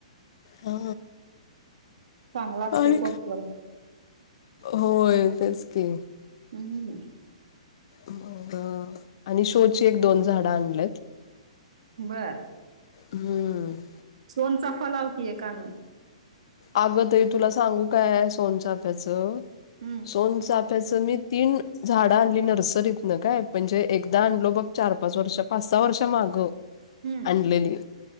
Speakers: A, on the left; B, on the right.
A: हा
B: चांगला असते
A: आणि
B: कोडकड
A: होय तेच की
B: हम्म
A: मग आणि शोची एक दोन झाडं आणलेत
B: बर
A: हम्म
B: दोनचा फलाव कि आहे कानून
A: आगतरी तुला सांगू काय सोनचाफ्याचं
B: हम्म
A: सोन फ्याचं मी तीन झाडं आणली नर्सरीतन काय म्हणजे एकदा आणलो बघ चार पाच वर्ष पाच सहा वर्ष माग
B: हम्म
A: आणलेली